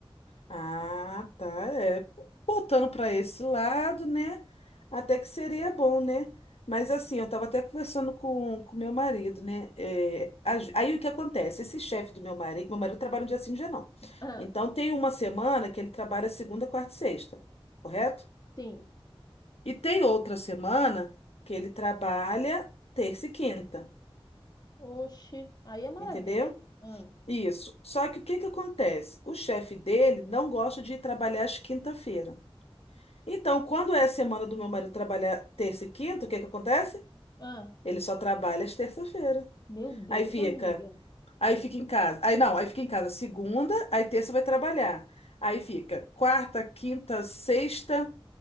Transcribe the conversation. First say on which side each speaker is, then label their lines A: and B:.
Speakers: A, on the left; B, on the left.
A: Ah, tá. É, botando para esse lado, né? Até que seria bom, né? Mas assim, eu estava até conversando com com meu marido, né? É, as- aí o que acontece? Esse chefe do meu marido, meu marido trabalha um dia sim, um dia não.
B: Ah,
A: Então tem uma semana que ele trabalha segunda, quarta e sexta, correto?
B: sim.
A: E tem outra semana que ele trabalha terça e quinta,
B: Oxi, aí é maravilha.
A: entendeu?
B: Ah,
A: Isso. Só que o que que acontece? O chefe dele não gosta de ir trabalhar às quinta-feira. Então, quando é a semana do meu marido trabalhar terça e quinta, o que que acontece?
B: ah,
A: Ele só trabalha às terça-feira.
B: meu Deus,
A: Aí fica,
B: amiga.
A: aí fica em casa. Aí não, aí fica em casa segunda, aí terça vai trabalhar. Aí fica quarta, quinta, sexta,